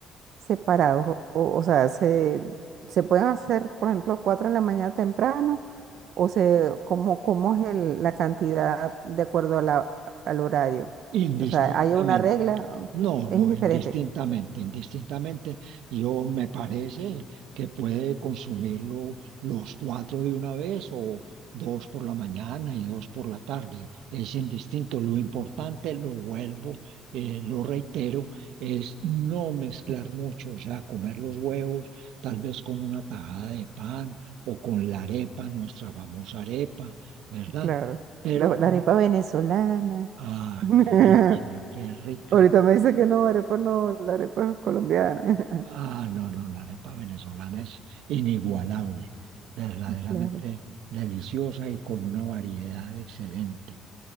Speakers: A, on the right; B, on the right.
A: separados, o, o sea, se, se pueden hacer, por ejemplo, cuatro en la mañana temprano, o se, ¿cómo, cómo es el- la cantidad de acuerdo a la- al horario?
B: indistintamente.
A: O sea, ¿hay una regla?
B: No,
A: Es
B: no,
A: indiferente.
B: indistintamente, indistintamente, yo me parece que puede consumirlo los cuatro de una vez o dos por la mañana y dos por la tarde. Es indistinto. Lo importante, lo vuelvo, eh, lo reitero, es no mezclar mucho, o sea, comer los huevos, tal vez con una tajada de pan o con la arepa, nuestra famosa arepa, ¿verdad?
A: Claro.
B: Pero,
A: La,
B: mm,
A: la arepa venezolana.
B: ah,
A: <laughs>
B: qué delicia, qué rica.
A: Ahorita me dice que no, arepa no, la arepa es colombiana. <laughs>
B: Ah, no, no, la arepa venezolana es inigualable, verdaderamente
A: Claro.
B: deliciosa y con una variedad excelente.